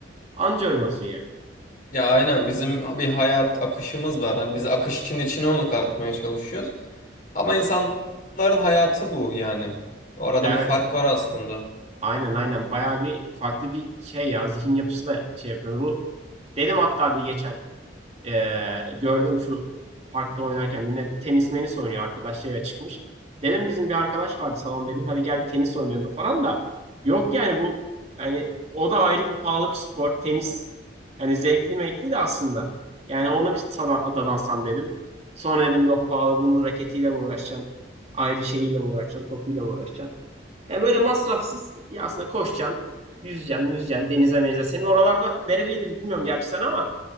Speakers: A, on the right; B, on the left.
A: anca öyle olsun yani.
B: ya aynen bizim bir hayat akışımız var. Hani biz akışın içine onu katmaya çalışıyoruz. Ama insanların hayatı bu yani. Arada
A: Evet.
B: bir fark var aslında.
A: Aynen aynen bayağı bir farklı bir şey ya zihin yapısı da şey yapıyor. Bu dedim hatta bir geçen eee, gördüm şu parkta oynarken yine tenis menis oynuyor arkadaş şeye çıkmış. Dedim bizim bir arkadaş vardı salon dedim hadi gel tenis oynayalım falan da yok yani bu hani o da ayrı bir pahalı bir spor tenis hani zevkli mekli de aslında yani ona bir sadan, dadansam dedim. Sonra dedim yok pahalı bunun raketiyle mi uğraşacaksın ayrı şeyiyle mi uğraşacaksın topuyla mı uğraşacaksın. Yani böyle masrafsız ya aslında koşacaksın, yüzeceksin, yüzeceksin, denize menize. Senin oralarda nereliydin bilmiyorum gerçi sen ama